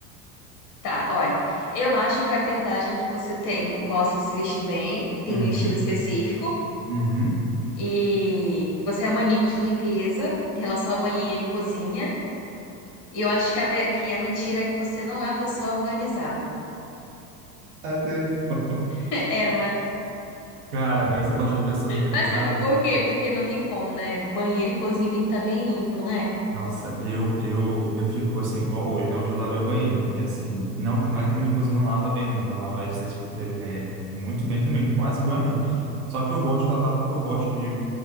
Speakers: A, on the left; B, on the right.
A: Tá, olha. Eu acho que a verdade é que você tem, gosta de se vestir bem, tem
B: Uhum,
A: um estilo específico,
B: uhum.
A: e que você é maníaco de limpeza em relação ao banheiro e cozinha. E eu acho que a, ve- que a mentira é que você não é uma pessoa organizada.
B: Acerto.
A: <laughs> É, não é?
B: Cara, aí você falou de pessoa organizada.
A: Mas sabe por quê? Porque não tem como, né? Banheiro e cozinha tem que estar bem limpo, né?
B: Nossa, eu, eu, eu fico assim, igual hoje, né? Hoje eu lavei o banheiro. E assim, não, não é que a minha esposa não lava bem, não. Ela lava essas- é, é, muito bem também, quase igual a mim. Só que eu gosto de lavar porque eu gosto de,